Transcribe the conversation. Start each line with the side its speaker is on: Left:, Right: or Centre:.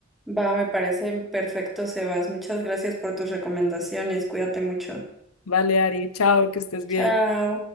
Centre: Va, me parece perfecto, Sebas. Muchas gracias por tus recomendaciones. Cuídate mucho.
Left: Vale, Ari, chao, que estés
Centre: Chao.
Left: bien.